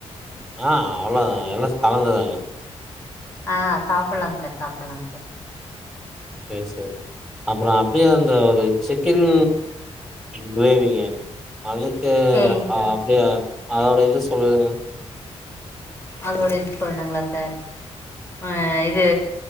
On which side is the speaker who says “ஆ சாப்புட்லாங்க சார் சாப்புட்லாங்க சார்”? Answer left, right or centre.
Left